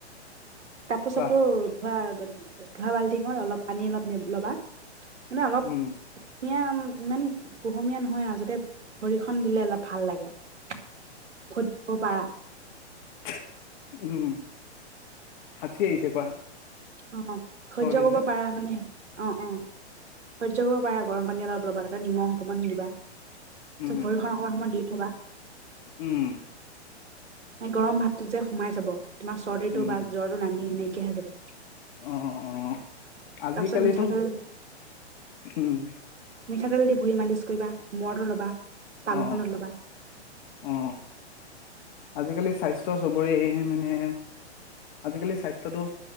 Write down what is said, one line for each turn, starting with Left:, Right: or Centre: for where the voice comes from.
Right: কাপোৰ চাপোৰ
Left: কোৱা
Right: ধোৱা ধোৱা বাল্টিখনত অলপ পানী অলপ ল'বা মানে অলপ
Left: উম
Right: কুমীয়া ইমান কুহুমীয়া নহয় আৰু যাতে ভৰিখন দিলে অলপ ভাল লাগে। <unintelligible> হ'ব পাৰা।
Left: চে উম, হাচি আহিছে কোৱা।
Right: অ', সহ্য
Left: চৰ্দি
Right: কৰিব
Left: যে
Right: পাৰা মানে? অ', অ', সহ্য কৰিব পাৰা গৰম পানী অলপ ল'বা তাতে নিমখ অকমান দিবা। ত
Left: উম
Right: ভৰিখন অকণ সময় দি থ'বা।
Left: উম
Right: এই গৰম ভাৱটো যে সোমাই যাব। তোমাৰ চৰ্দিটো
Left: উম
Right: ভাল জ্বৰটো নামি <unintelligible> তেতিয়া হে যাব।
Left: অ অ আজিকালিতো
Right: তাৰপিছত মিঠাতেল
Left: উম
Right: মিঠাতেল দি ভুই মালিচ কৰিবা মদ ল'বা তালুখনত
Left: অ
Right: লগ'বা
Left: অ অ আজিকালি স্বাস্থ্য চবৰে মানে আজিকালি স্বাস্থ্যটো